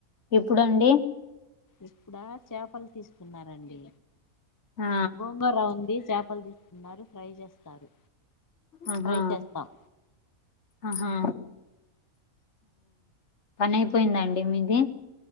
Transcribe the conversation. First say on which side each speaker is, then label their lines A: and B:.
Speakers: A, on the left (about 55°); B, on the left (about 20°).
A: ఎప్పుడండి
B: ఇప్పుడా చేపలు తీసుకున్నారండి
A: ఆ
B: గోంగూర ఉంది చేపలు తీ ఉన్నారు ఫ్రై చేస్తారు
A: ఆహా
B: ఫ్రై చేస్తాం
A: ఆహా పని అయిపోయిందా అండి మీది